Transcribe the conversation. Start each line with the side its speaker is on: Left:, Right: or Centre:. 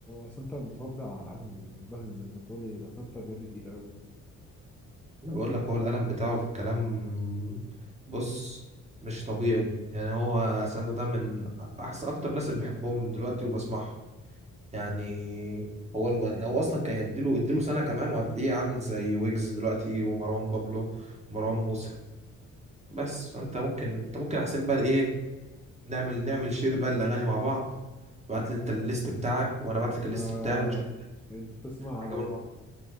Centre: سانتا متربع على عالم الباتلز أنت بتقولي لا سانتا بجد تقيل أوي
Right: انا بقول لك هو القلم بتاعه في الكلام بص مش طبيعي يعني هو سانتا ده من احسن اكتر ناس اللي بحبهم دلوقتي وبسمعهم يعني هو الم... هو اصلا كان يديله اديله سنه كمان وهتلاقيه عامل زي ويجز دلوقتي ومروان بابلو ومروان موسى بس فانت ممكن انت ممكن احسن بقى ايه نعمل نعمل شير بقى الاغاني مع بعض تبعت لي انت الليست بتاعك وانا ابعت لك الليست
Centre: آه
Right: بتاعي ونشوف
Centre: أنت بتسمع
Right: عجب
Centre: على إيه؟
Right: الموضوع